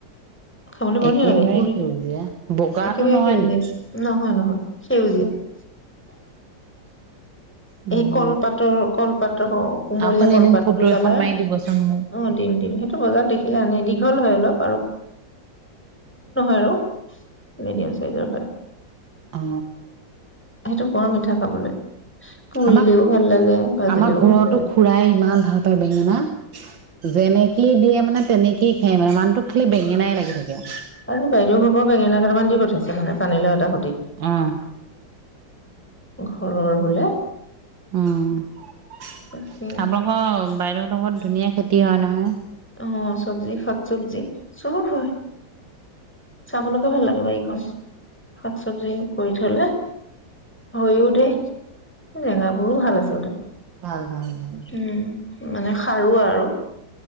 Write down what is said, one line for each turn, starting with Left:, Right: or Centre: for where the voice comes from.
Centre: খাবলৈ বৰ
Right: একেবাৰে
Centre: ধুনীয়া লাগে পুৰি।
Right: সেউজীয়া বগাটো
Centre: একেবাৰে
Right: নহয়
Centre: সেউজীয়া,
Right: নি
Centre: নহয় নহয় সেউজীয়া। <unintelligible>
Right: উম
Centre: এই কলপাতৰ কল <unintelligible> কুমলীয়া
Right: আপুনি
Centre: কলপাততো
Right: এদিন ফটো
Centre: পেলাই।
Right: এখন মাৰি দিবচোন মোক।
Centre: অ, দিম দিম সেইটো বজাৰত দে <unintelligible> দীঘল হয় অলপ আৰু
Right: অ।
Centre: সেইটো বৰ মিঠা খাবলৈ। পুৰিলেও
Right: আমাক
Centre: ভাল লাগে ভাজিলেও
Right: আমাৰ ঘৰতো
Centre: ভাল লাগে
Right: খুৰাই ইমান ভাল পায় বেঙেনা। যেনেকে দিয়ে মানে তেনেকেই খায় মানে মানুহটোক খালি বেঙেনাই লাগি থাকে।
Centre: আজি বাইদেউ বেঙেনা কেইামান দি পঠাইছে মানে পানী লাউ এটা-
Right: আহ।
Centre: ঘৰৰ বোলে।
Right: উম'। আপোনালোকৰ
Centre: তাকে
Right: বাইদেউ লগত ধুনীয়া খেতি হয় নহয়।
Centre: অ', চব্জি শাক চব্জি চব হয়। চাবলৈকে ভাল লাগে বাৰীখন শাক চব্জি কৰি থ'লে, হৈও দেই জেঙাবোৰো ভাল আচলতে।
Right: ভাল ভাল। ভাল
Centre: উম, মানে সাৰুৱা আৰু।